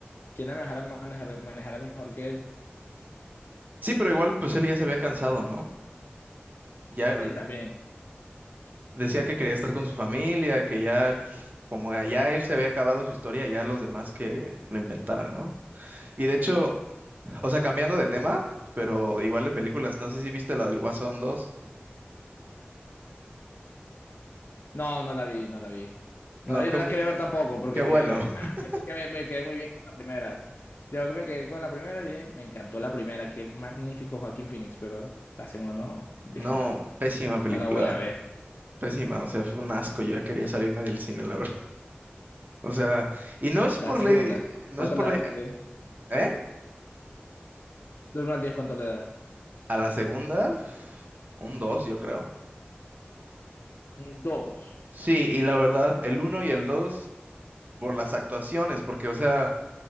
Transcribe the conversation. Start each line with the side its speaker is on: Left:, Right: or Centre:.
Left: quien la manejara, manejara, manejara mejor que él.
Right: Sí, pero igual pues él ya se había cansado, ¿no? Ya
Left: Sí,
Right: eh,
Left: también.
Right: decía que quería estar con su familia, que ya pues, como ya él se había acabado su historia, ya los demás que lo inventaran, ¿no? Y de hecho, o sea, cambiando de tema, pero igual de películas, no sé si viste la del Guasón dos.
Left: No, no la vi, no la vi. No
Right: No,
Left: la vi,
Right: qué,
Left: no
Right: bu-
Left: la quería ver tampoco, porque,
Right: qué bueno. <laughs>
Left: nada, yo creo que me, me quedé muy bien con la primera. Yo que me quedé con la primera y dije, me encantó la primera, qué magnífico Joaquín Phoenix, pero la segunda no, dije,
Right: No,
Left: no, no,
Right: pésima película.
Left: no la voy a ver.
Right: Pésima, o sea, fue un asco. Yo ya quería salirme del cine, la verdad. O sea, y no es
Left: La
Right: por
Left: segunda,
Right: ley, no
Left: ¿cuánto
Right: es por
Left: le das?
Right: ley,
Left: Uno al diez.
Right: ¿eh?
Left: De uno al diez, ¿cuánto le das?
Right: A la segunda, pf, un 2, yo creo.
Left: Un dos.
Right: Sí, y la
Left: Eh,
Right: verdad,
Left: wow.
Right: el uno y el 2 por las actuaciones, porque, o sea,